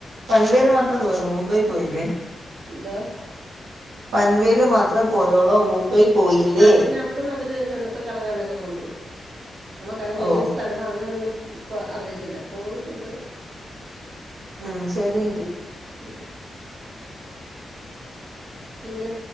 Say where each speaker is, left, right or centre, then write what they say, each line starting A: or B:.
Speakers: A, on the right (about 85°); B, on the right (about 55°).
A: പൻവേൽ മാത്രേ പോയുള്ളൂ മുംബൈ പോയില്
B: എന്തൊ?
A: പൻവേൽ മാത്രമേ പോയോള്ളൂ മുംബൈ പോയില്ലേ
B: ആഹ പിന്നെ അവിടുന്നവര് ചെന്നിട്ട് കറ അങ്ങനെ ഒക്കെ കൊണ്ട് പോയി നമുക്ക് അങ്ങനെ
A: ഓ
B: ഏത് സ്ഥലമ അങനെ ഒന്നും ഇപ്പ അറിയത്തില്ല പോയിട് ട്ടോണ്ട്
A: ആഹ് ശെരിയെങ്കി
B: ഉം <unintelligible> പിന്നെ?